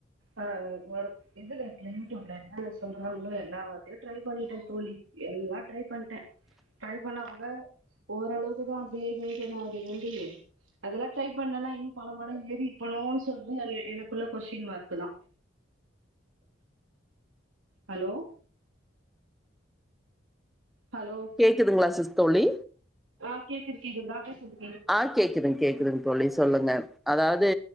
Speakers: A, on the right; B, in the centre.
A: ஆ ஒரு இதுல இர்க்குல யூட்யூப்ல என்னான்ன சொல்றாங்களோ எல்லாத்யு ட்ரை பண்ணிட்ட தோழி எல்லாம் ட்ரை பண்ட்டே ட்ரை பண்ணா கூட ஒரளவுக்குதா அப்டியே மெயின்டெய்ன் வேண்டி அதெல்லா ட்ரை பண்ணனா இன்னு பலமடங்கு எரி பனோனு சொல்ட்டு எனக்குள்ள கொஸ்டின் மார்க்குதா ஹலோ ஹலோ
B: கேக்குதுங்ளா சிஸ் தோழி
A: ஆ கேக்குத் கேக்குது நா பேசது
B: ஆ கேக்குதுங் கேக்குதுங்க் தோழி சொல்லுங்க அதாவ்து